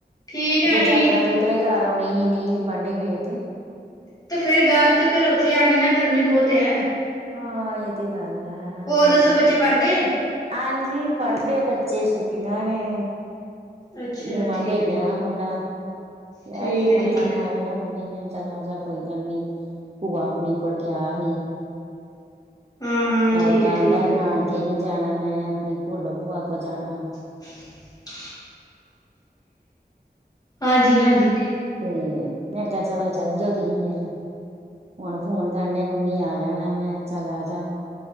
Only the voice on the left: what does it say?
ਠੀਕ ਹੈ
ਅਸੀਂ
ਵੀ
ਤੇ ਫੇਰ ਗੱਲ ਤੇ ਫਿਰ ਉੱਥੇ ਆ ਗਈ ਨਾ ਗਰਮੀ ਬੋਤ ਐ।
ਹੋਰ
ਦੱਸੋ ਬੱਚੇ ਪੜ੍ਹਦੇ
ਅੱਛਾ
ਠੀਕ
ਹੈ
ਠੀਕ
ਠੀਕ ਹੈ ਠੀਕ
ਹੈ
ਹਾਂ ਹਾਂ ਠੀਕ
ਹੈ ਠੀਕ
ਹੈ
<inaudible> ਹਾਂਜੀ ਹਾਂਜੀ।